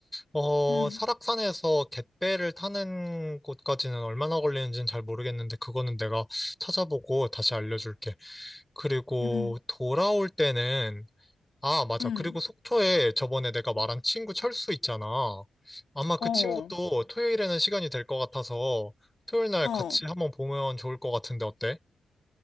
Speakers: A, in the centre; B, on the left.
A: 어,
B: 응,
A: 설악산에서 갯배를 타는 곳까지는 얼마나 걸리는지는 잘 모르겠는데 그거는 내가 찾아보고 다시 알려줄게. 그리고
B: 응,
A: 돌아올 때는, 아, 맞아.
B: 응.
A: 그리고 속초에 저번에 내가 말한 친구 철수 있잖아. 아마 그
B: 어,
A: 친구도 토요일에는 시간이 될 것 같아서 토요일 날
B: 어.
A: 같이 한번 보면 좋을 것 같은데 어때?